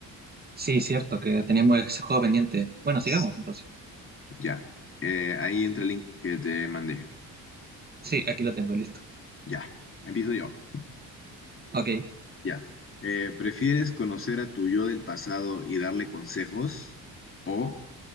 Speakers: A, on the right (about 25°); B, on the left (about 35°).
A: Sí, cierto que teníamos ese juego pendiente. Bueno, sigamos
B: S-
A: entonces.
B: Ya. Eh, ahí entra el link que te mandé.
A: Sí, aquí lo tengo, listo.
B: Ya. Empiezo yo.
A: Ok.
B: Ya. Eh, ¿prefieres conocer a tu yo del pasado y darle consejos? ¿O